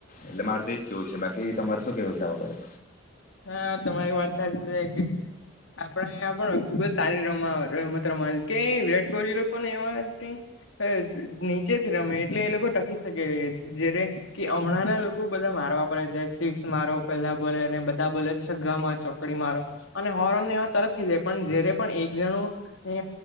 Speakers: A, on the left (about 45°); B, on the left (about 85°).
A: એટલે મારે તો એજ કેવું છે, બાકી તમારે શું કેવું છે? આ બાબડે
B: હા, તમારી વાત સાચી છે કે આપણે અઈઆ પણ ખુબ જ સારી રમ રમત રમાય કે વિરાટ કોહલી લોકોને એવા કેઈ અ નીચેથી રમે એટલે એ લોકો ટકી શકે જ્યારે કે, અમણાં ના લોકો બધા મારવા પર જ જાય સિક્સ મારો પેલા બોલે ને બધા બોલે છગ્ગા માર, ચોકડી મારો, અને હો બોલ ને એવા તરત થઈ જાય પણ જયારે પણ એક જણું <unintelligible> એ